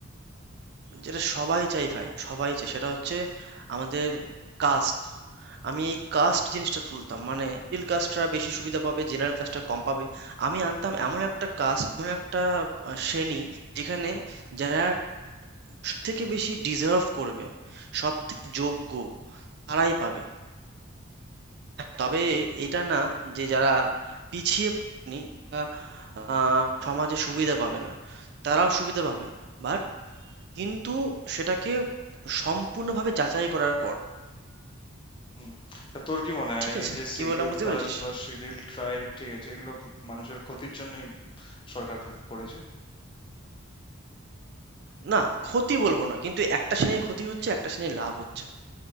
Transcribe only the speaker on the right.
যেটা সবাই চায় ভাই, সবাই চায়। সেটা হচ্ছে আমাদের কাস্ট। আমি এই কাস্ট জিনিসটা তুলতাম। মানে মিডল কাস্টরা বেশি সুবিধা পাবে, জেনারেল কাস্টরা কম পাবে। আমি আনতাম এমন একটা কাস্ট, এমন একটা আহ, শ্রেণী যেখানে যারা সবথেকে বেশি ডিজার্ভ করবে, সবথেকে যোগ্য তারাই পাবে। তবে এটা না যে যারা পিছিয়ে পড়েনি তারা, আহ, সমাজে সুবিধা পাবে না, তারাও সুবিধা পাবে। বাট কিন্তু সেটাকে সম্পূর্ণভাবে যাচাই করার পর
ঠিক
আছে
কি বললাম বুঝতে
পেরেছিস
না, ক্ষতি বলব না। কিন্তু একটা শ্রেণীর ক্ষতি হচ্ছে, একটা শ্রেণীর লাভ হচ্ছে।